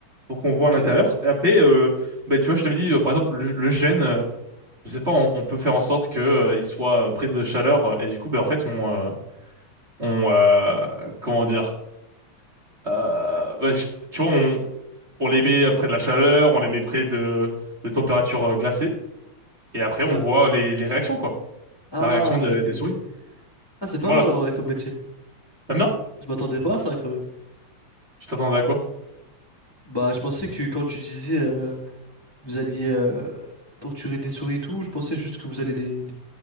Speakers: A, on the right; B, on the left.
A: pour qu'on voit
B: ok,
A: à l'intérieur. Et après, euh, bah, tu vois, je t'avais dit, euh, par exemple, le, le gène, euh, je sais pas, on, on peut faire en sorte que euh, il soit euh, pris de chaleur, euh, et du coup, bah, en fait, on... euh, on euh, comment dire euh, bah, je- tu vois on on les met près de la chaleur on les met près de de températures euh, glacées et après on
B: ouais.
A: voit les les réactions quoi
B: Ah,
A: la réaction de-
B: ok,
A: des
B: ok.
A: souris
B: Ah, c'est pas
A: voilà
B: mal
A: tout
B: en vrai comme métier.
A: t'aimes bien
B: Je m'attendais pas à ça quand même.
A: tu t'attendais à quoi
B: Bah, je pensais que quand tu disais euh, vous alliez euh, torturer des souris et tout, je pensais juste que vous allez les, les-